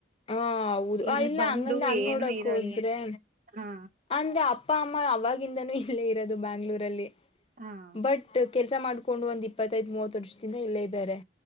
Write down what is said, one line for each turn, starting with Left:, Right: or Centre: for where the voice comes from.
Left: ಹ ಹೌದು
Right: ಇಲ್ಲಿ
Left: ಇಲ್ಲ
Right: ಬಂದು
Left: ಹಂಗಂದ್ರೆ ಹಂಗ್
Right: ಏನು
Left: ನೋಡಕ್
Right: ಇರಲ್ಲ
Left: ಹೋದ್ರೆ
Right: ಹಾ
Left: ಅಂದ್ರೆ ಅಪ್ಪ ಅಮ್ಮ ಅವಾಗಿಂದನೂ ಇಲ್ಲೇ ಇರೋದು ಬೆಂಗಳೂರಲ್ಲಿ
Right: ಹಾ
Left: ಬಟ್ ಕೆಲಸ ಮಾಡ್ಕೊಂಡು ಒಂದ್ ಇಪ್ಪತ್ತೈದು ಮೂವತ್ ವರ್ಷದಿಂದ ಇಲ್ಲೇ ಇದ್ದಾರೆ